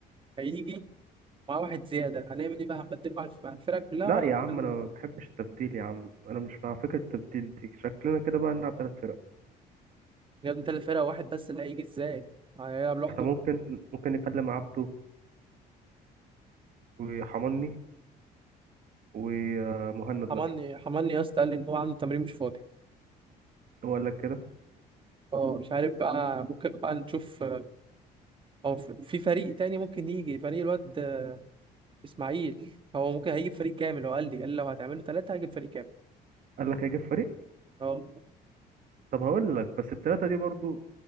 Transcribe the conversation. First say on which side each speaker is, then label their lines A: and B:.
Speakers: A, on the right; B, on the right.
A: هيجي مع واحد زيادة هنعمل ايه بقى هنبدله مع مع الفرقة كلها
B: لا
A: ولا
B: يا
A: هنخلي
B: عم انا ما بحبش التبديل يا عم انا مش مع فكره التبديل دي شكلنا كده بقى نلعب ثلاث فرق
A: يا ابني تلات فرق واحد بس اللي هيجي ازاي هيلعب لوحده
B: احنا ممكن ممكن نكلم عبده وحماني ومهند
A: حملني
B: مثلا
A: حملني يا اسطى قال لي ان هو عنده تمرين مش فاضي
B: هو قال لك كده
A: اه مش عارف بقى ممكن بقى نشوف اه في في فريق تاني ممكن يجي فريق الواد آه، اسماعيل هو ممكن هيجيب فريق كامل هو قال لي قال لي لو هتعملوا ثلاثة هجيب فريق كامل
B: قال لك هيجيب فريق
A: اه
B: طب هقول لك بس التلاتة دي برضو